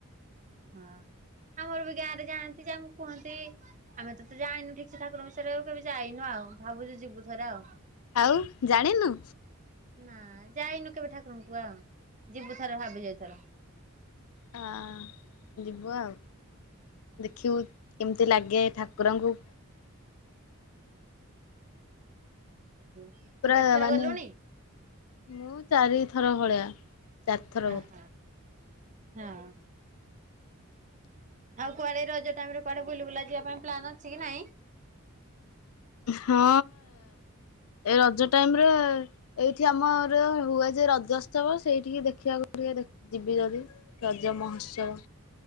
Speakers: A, on the right (about 35°); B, on the left (about 80°).
A: ଓହୋ ଆମର ବି ଗାଁ ରେ ଯାଆନ୍ତି ଯେ ଆମକୁ କୁହନ୍ତି ଆମେ ତ ଏତେ ଜାଣିନୁ ଠିକ୍ ସେ ଠାକୁରଙ୍କ ବିଷୟରେ କେବେ ଯାଇନୁ ଆଉ ଭାବୁଚୁ ଯିବୁ ଥରେ ଆଉ।
B: ଆଉ ଜାଣିନୁ?
A: ନା ଯାଇନୁ କେବେ ଠାକୁରଙ୍କୁ ଆଉ ଯିବୁ ଥରେ ଭାବିଚୁ ଏଇଥର।
B: ହଁ ଯିବୁ ଆଉ ଦେଖିବୁ କେମି ତି ଲାଗେ ଠାକୁରଙ୍କୁ।
A: ହଁ <unintelligible> ତୁ
B: ପୁରା
A: କେତେଥର
B: ମାନେ
A: ଗଲୁଣି?
B: ମୁଁ ଚାରିଥର ଭଳିଆ ଚାରିଥର
A: ଆହା
B: ବୋଧେ।
A: ହଁ। ଆଉ କୁଆଡେ ରଜ ଟାଇମ୍ ରେ କୁଆଡେ ବୁଲି ବୁଲା ଯିବା ପାଇଁ ପ୍ଲାନ୍ ଅଛି କି ନାଇଁ?
B: ହଁ ଏ ରଜ ଟାଇମ୍ ରେ ଏଇଠି ଆମର ହୁଏ ଯେ ରଜତ୍ସୋବ ସେଇଠିକି ଦେଖିବାକୁ ଟିକେ ଯିବି ଯଦି। ରଜ ମହୋତ୍ସବ।